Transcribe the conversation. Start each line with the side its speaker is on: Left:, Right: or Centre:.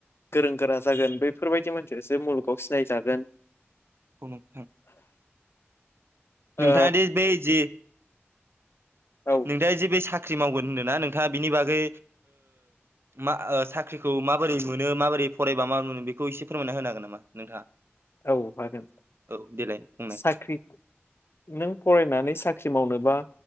Left: गोरों गोरा जागोन बेफोरबायदि मोनसे मुग खौ सिनायजागोन।
Right: औ नोंथां। नोंथाङादि
Left: ओ
Right: बै जि
Left: औ
Right: नोंथाङा जे बे साख्रि मावगोन होनदोंना नोंथाङा बिनि बागै मा साख्रिखौ माबोरै मोनो माबोरै फरायबा माब मोनो बेखौ एसे फोरमायना होनो हागोन नामा नोंथाङा?
Left: औ हागोन
Right: औ देलाय बुंनाय
Left: साख्रि नों फरायनानै साख्रि। साख्रि मावनोबा